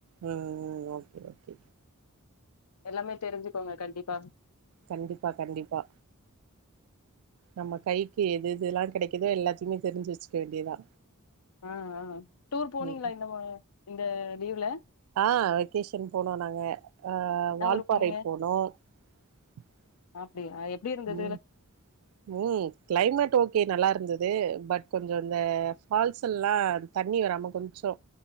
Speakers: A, on the right (about 75°); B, on the left (about 85°).
A: ம் ம் ஓகே ஓகே
B: எல்லாமே தெரிஞ்சுக்கோங்க கண்டிப்பா
A: கண்டிப்பா கண்டிப்பா நம்ம கைக்கு எது எதெல்லா கெடைக்குதோ எல்லாத்தையுமே தெரிஞ்சு வெச்சுக்க வேண்டியதா
B: ஆ ஆ டூர் போனீங்ளா
A: ம்
B: இந்த மா இந்த லீவ்ல
A: ஆ வெக்கேஷன் போனோ நாங்க அ
B: என்ன
A: வால்பாறை
B: ஊரு போனீங்க
A: போனோ <inaudible>
B: அப்டியா எப்டி இருந்தது
A: ம் ம் க்ளைமெட் ஓகே நல்லார்ந்தது பட் கொஞ்சோ இந்த ஃபால்ஸ் எல்லா தண்ணி வராம கொஞ்சோ